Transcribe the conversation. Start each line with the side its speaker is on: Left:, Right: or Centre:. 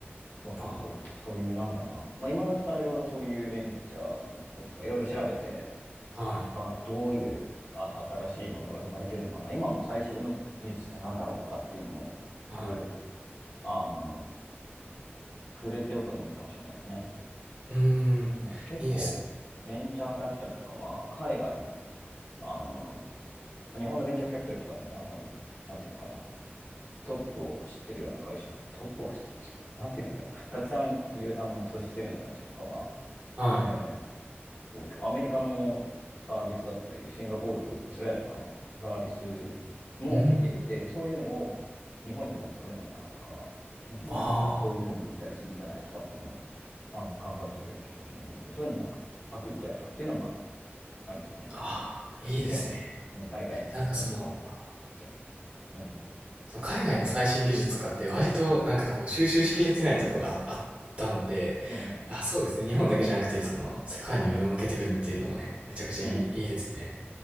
Left: は結構そういう、
Right: あ、
Left: なんだろうな。まあ今のうちからいろいろそういうベンチャーのこととかいろいろ調べて、
Right: はい、
Left: が、どういう、あの、新しいものが生まれてるのかな。今の最新の技術ってなんだろうとかっていうのを、
Right: はい。
Left: こう、あの、触れておくのもいいかもしれないですね。
Right: うーん、
Left: とね、結構、
Right: いいですね。
Left: ベンチャーキャピタルとかは、海外の、あの、日本のベンチャーキャピタルとかの、あの、なんていうのかな。トップを走ってるような会社、トップを走ってるっていうのかな。なんて言えばいいんだろう。<laughs> たくさん企業、あの、投資してるような会社とかは、
Right: はい。
Left: えと、結構アメリカのサービスだったり、シンガポール、イスラエルとかのサービスも見ていて、
Right: うーん、
Left: そういうのを日本に持ってこれないかなとか、日本だったらこういうふうにできたりするんじゃないとかっていうのを、
Right: ああ。
Left: まあのね、考えてる人たちもいるので、そういうのなんかこう、パクっちゃうとかっていうのもあり、ありですね。
Right: ああ、いいですね。
Left: <laughs> ね、海外のシステムとかをね、
Right: なんかその、はい。
Left: パクっちゃう。うん。
Right: その海外の最新技術とかって割となんかこう収集しきれてないとこがあったんで、
Left: うん。うんうん
Right: あ、そうですね。日本だけじゃなくて、その世界に目を向けてみるっていうのもね、めちゃくちゃいい、
Left: うん。うん。
Right: いいですね。